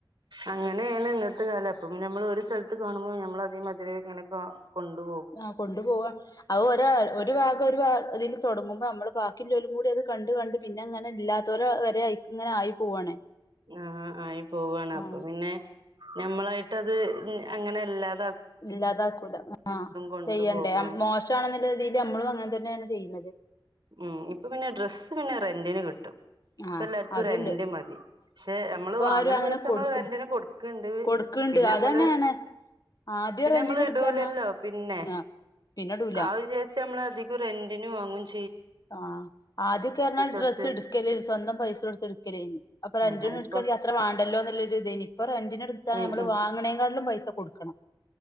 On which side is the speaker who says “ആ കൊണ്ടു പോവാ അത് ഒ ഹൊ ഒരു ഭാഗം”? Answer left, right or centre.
Left